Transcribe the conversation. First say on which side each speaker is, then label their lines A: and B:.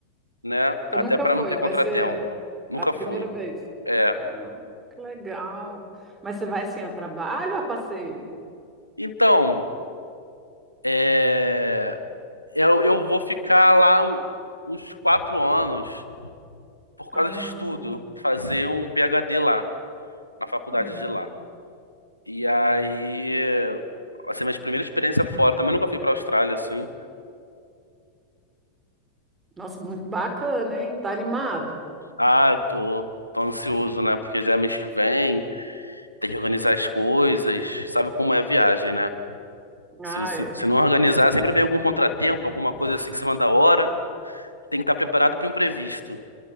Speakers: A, on the left; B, on the right.
A: né?
B: Você
A: Até
B: nunca
A: para
B: foi,
A: não ter
B: vai
A: contratempo.
B: ser
A: Nunca
B: a primeira
A: fui.
B: vez.
A: É.
B: Ah, que legal. Mas você vai assim a trabalho ou a passeio?
A: Então, é... eu, eu vou ficar lá um- uns quatro anos. por
B: Ah,
A: causa de estudo, fazer um PhD lá, na faculdade
B: hum.
A: de lá. E aí, assim, minha primeira experiência fora, também nunca fui pra Austrália, assim.
B: Nossa, muito bacana, hein? Tá animado?
A: Ah, eu tô, tô ansioso, né? Porque já é mês que vem, tem que organizar as coisas, sabe como é a viagem, né?
B: Ah,
A: Se, se,
B: é.
A: se não organizar, sempre vem algum contratempo, alguma coisa assim em cima da hora, tem que estar preparado para o imprevisto.